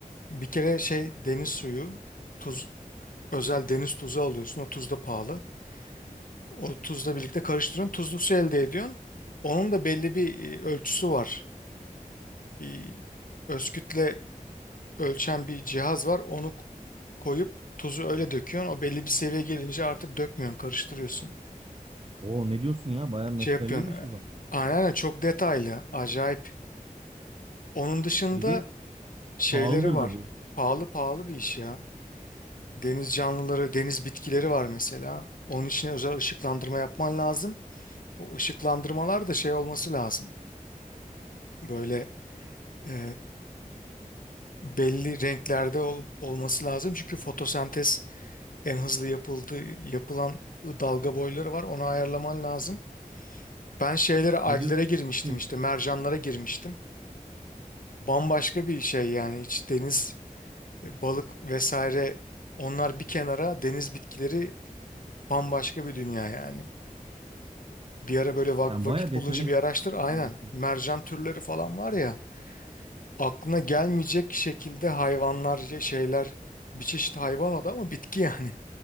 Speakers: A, on the left; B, on the right.
A: bir kere şey deniz suyu, tuz, özel deniz tuzu alıyorsun. O tuz da pahalı. O tuzla birlikte karıştırıyorsun, tuzlu su elde ediyorsun. Onun da belli bir e, ölçüsü var. Bir özkütle ölçen bir cihaz var. Onu koyup tuzu öyle döküyorsun. O belli bir seviye gelince artık dökmüyorsun, karıştırıyorsun.
B: Oo ne diyorsun ya? Bayağı meşgaleli
A: şey yapıyorsun.
B: bir
A: e,
B: iş o zaman.
A: Aynen aynen çok detaylı. Acayip. Onun dışında
B: Bir de
A: şeyleri
B: pahalıdır
A: var.
B: da bu.
A: Pahalı pahalı bir iş ya. Deniz canlıları, deniz bitkileri var mesela. Onun için özel ışıklandırma yapman lazım. O ışıklandırmalar da şey olması lazım. Böyle e, belli renklerde ol- olması lazım. Çünkü fotosentez en hızlı yapıldığı yapılan dalga boyları var. Onu ayarlaman lazım. Ben şeylere alglere
B: Ne diyorsun?
A: girmiştim
B: ya?
A: işte mercanlara girmiştim. bambaşka bir şey yani hiç deniz e, balık vesaire onlar bir kenara deniz bitkileri bambaşka bir dünya yani. Bir ara böyle vak
B: Sen
A: vakit
B: bayağı detayına
A: bulunca
B: giriyorsun.
A: bir araştır aynen
B: o zaman bu işin.
A: mercan türleri falan var ya aklına gelmeyecek şekilde hayvanlar ya- şeyler bir çeşit hayvan o da ama bitki yani.